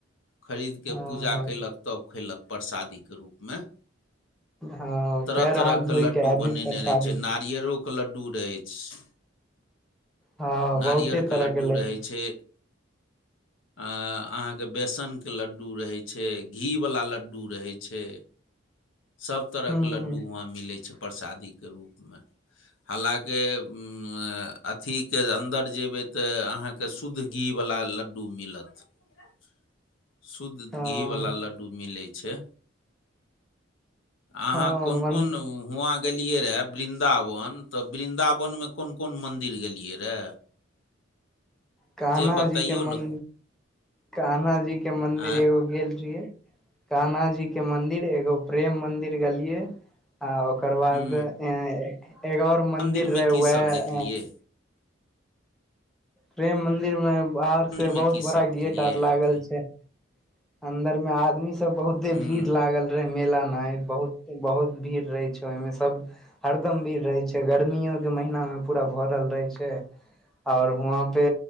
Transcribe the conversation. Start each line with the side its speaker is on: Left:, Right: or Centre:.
Left: खरीद कऽ
Centre: हँ
Left: पूजा कैयलक तब खैयलक प्रसादी के रूपमे
Centre: हँ
Left: तरह
Centre: पैर हाथ
Left: तरह
Centre: धोइ
Left: के लड्डू
Centre: आदमी
Left: बनेने
Centre: परसादी
Left: रहै छै नारि यरोके लड्डू रहै छै
Centre: हँ
Left: नारियरके
Centre: बहुते तरह
Left: लड्डू
Centre: के
Left: रहै छै अहाँके बेसनके लड्डू रहै छै घी वला लड्डू रहै छै सभ तरहके
Centre: हूँ
Left: लड्डू
Centre: हूँ
Left: वहाँ मिलै छै प्रसादी के रूपमे हालाँकि उ्म अ अथीके अन्दर जेबै तऽ अहाँके शुद्ध घी वला लड्डू मिलत <inaudible> शुद्ध घी
Centre: हँ
Left: वला लड्डू मिलै छै अहाँ
Centre: हँ
Left: कोन
Centre: मन
Left: कोन हुआं गेलियै रहे वृंन्दाव वन तऽ वृन्दावन में कोन कोन मंदिर गेलियै रै
Centre: कान्हा
Left: बतैयौ
Centre: जी के
Left: ने
Centre: मं कान्हा जी के मंन्दिर
Left: आँय
Centre: एगो गेल रहियै कान्हा जी के मंदिर एगो प्रेम मंदिर गेलियै आ ओक ओकर बाद
Left: हूँ
Centre: अ एगो और मंदिर
Left: मन्दिरमे
Centre: रहे
Left: कीसभ
Centre: उयह
Left: देखलियै
Centre: प्रेम मंदिर में बाहर
Left: मन्दिरमे
Centre: से बहुत
Left: कीसभ
Centre: बड़ा
Left: देखलियै
Centre: गेट आर लागल छै अन्दर में आदमी सब बहुते
Left: हूँ
Centre: भीड़ लागल रहे मेला नाहैत बहुत बहुत भीड़ रहै छै ओहिमे सब हरदम भीड़ रहे छै गर्मियो के महीना में पूरा भरल रहै छै और वहाँ पे